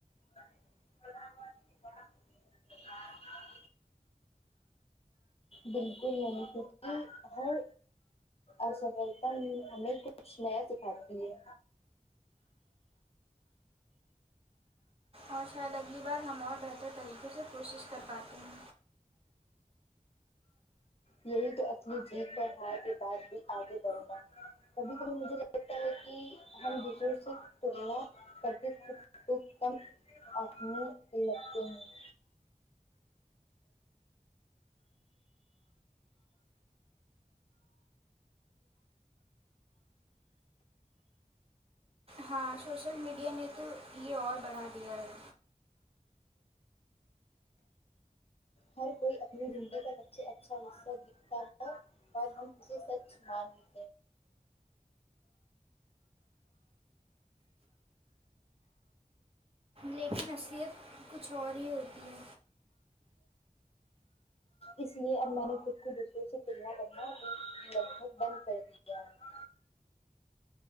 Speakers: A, on the left; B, on the right.
A: <unintelligible> بالکل نہیں کیونکہ ہر اسفلتا ہمیں کچھ نیا سکھاتی ہے
B: اور شاید اگلی بار ہم اور بہتر طریقے اسے کوشش کر پاتے ہیں
A: یہی تو اصلی جیت ہے ہار کے بعد بھی آگے بڑھنا کبھی کبھی مجھے لگتا ہے کہ ہم دوسروں سے تونا س بھی کم آدمی لگتے ہیں <unintelligible>
B: ہاں سوشل میڈیا نے تو یہ اور بڑھا دیا ہے
A: ہر کوئی اپنی زندگی کا سب اچھا حصہ دیکھتا ہے پر ہم اسے سچ مان لے
B: لیکن اصلیت کچھ اور ہی ہوتی ہے
A: اس لیے اب میں نے خود کو دوسروں سے تلنا کرنا لگ بھگ بند کر دیا ہے